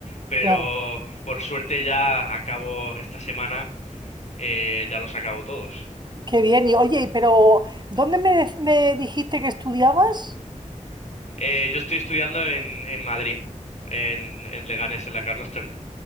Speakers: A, on the left; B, on the right.
A: pero
B: claro.
A: por suerte ya acabo esta semana, eh, ya los acabo todos.
B: Qué bien. Y oye, pero ¿dónde me, de- me dijiste que estudiabas?
A: Eh, yo estoy estudiando en, en Madrid, en, en Leganés, en la Carlos III.